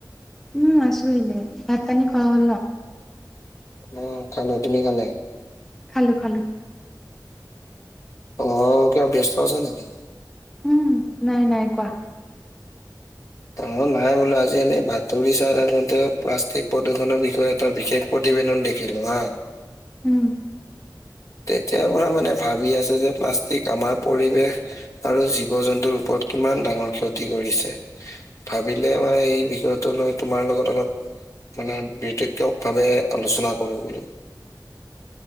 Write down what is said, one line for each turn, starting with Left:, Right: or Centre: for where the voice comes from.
Centre: উম্ আছো এনে ভাত পানি খোৱা হ'ল ন।
Left: উম্ খালো। তুমি খালা?
Centre: খালো খালো।
Left: অ' কিবা ব্যস্ত আছা নেকি?
Centre: উম নাই নাই কোৱা।
Left: অ' নাই বোলো আজি এনে বাতৰি চাই থাকোঁতে প্লাষ্টিক প্ৰদূষণৰ বিষয়ে এটা বিশেষ প্ৰতিবেন দেখিলো হা।
Centre: উম্।
Left: তেতিয়াৰ পৰা মানে ভাবি আছোঁ যে, প্লাষ্টিক আমাৰ পৰিৱেশ আৰু জীৱ-জন্তুৰ ওপৰত কিমান ডাঙৰ ক্ষতি কৰিছে। ভাবিলে মই এই বিষয়টো লৈ তোমাৰ লগত অলপ মানে বিতক্য ভাৱে আলোচনা কৰিম বুলি।